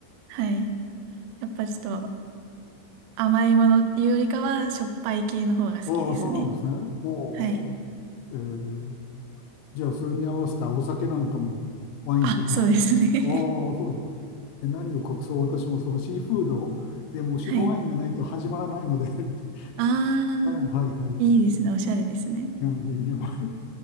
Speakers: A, on the right; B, on the left.
A: はい。やっぱちょっと甘いものっていうよりかは、しょっぱい系の方が好きですね。
B: ああ、そうなんですね。おー、
A: はい。
B: えーじゃあ、それに合わせたお酒なんかも、ワインとか。
A: あ、そうですね。
B: ああ、そうですか。
A: <laughs>
B: で、何を隠そう、私もそのシーフードでも白ワインがないと始まらないので
A: はい。ああ、
B: <laughs> はいはいはい。
A: いいですね。おしゃれですね。
B: うん